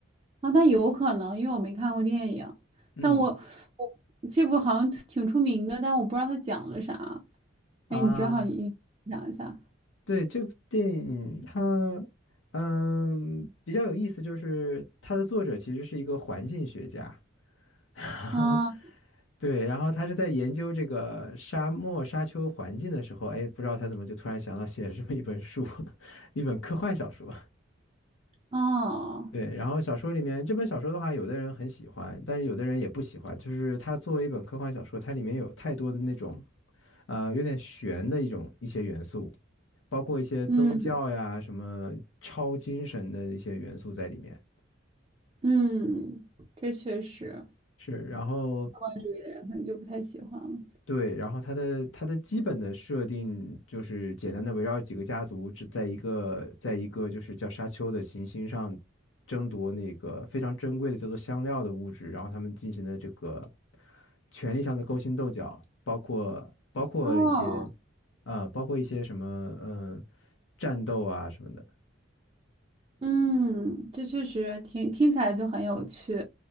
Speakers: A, on the right; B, on the left.
A: 哦，那有可能，因为我没看过电影，
B: <laughs> 嗯
A: 但我我这部好像挺出名的，但我不知道他讲了啥。
B: 啊，
A: 哎，你正好你你讲一下。
B: 对，这部电影它嗯比较有意思，就是它的作者其实是一个环境学家。<laughs>
A: 嗯
B: 对，然后他是在研究这个沙漠沙丘环境的时候，哎，不知道他怎么就突然想到写了这么一本书，<laughs> 一本科幻小说。
A: 哦，
B: 对，然后小说里面这本小说的话，有的人很喜欢，但是有的人也不喜欢。就是它作为一本科幻小说，它里面有太多的那种，呃，有点玄的一种一些元素，包括一些宗教呀、
A: 嗯
B: 什么超精神的一些元素在里面。
A: 嗯，这确实，
B: 是，然后
A: 关注的人可能就不太喜欢了。
B: 对，然后它的它的基本的设定就是简单的围绕几个家族，只在一个在一个就是叫沙丘的行星上争夺那个非常珍贵的叫做香料的物质，然后他们进行的这个权力上的勾心斗角，包括包括一些
A: 哦，
B: 呃包括一些什么嗯战斗啊什么的，
A: 嗯，这确实听听起来就很有趣，